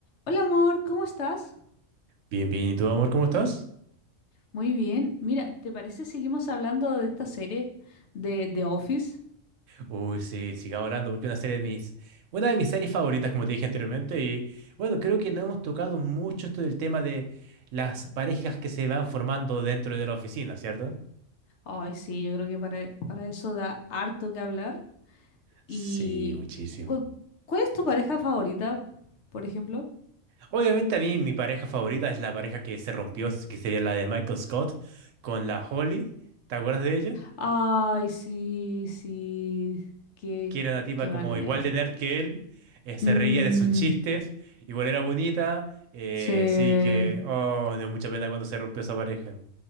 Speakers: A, on the left (about 65°); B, on the right (about 75°).
A: Hola amor, ¿cómo estás?
B: Bien, bien, ¿y tú, amor, cómo estás?
A: Muy bien. Mira, ¿te parece seguimos hablando de esta serie de The Office?
B: Uy, sí, siga hablando porque es una serie de mis, una de mis series favoritas, como te dije anteriormente, y bueno, creo que no hemos tocado mucho esto del tema de las parejas que se van formando dentro de la oficina, ¿cierto?
A: Ay, sí, yo creo que para, para eso da harto que hablar. ¿Y
B: Sí, muchísimo.
A: cu- cuál es tu pareja favorita, por ejemplo?
B: Obviamente a mí mi pareja favorita es la pareja que se rompió, que sería la de Michael Scott con la Holly. ¿Te acuerdas de ella?
A: Ay, sí, sí, qué,
B: que era una tipa
A: qué
B: como
A: mala idea.
B: igual de nerd que él, eh, se
A: Mm,
B: reía de sus chistes, igual era bonita, eh,
A: se...
B: sí que, oh, me dio mucha pena cuando se rompió esa pareja.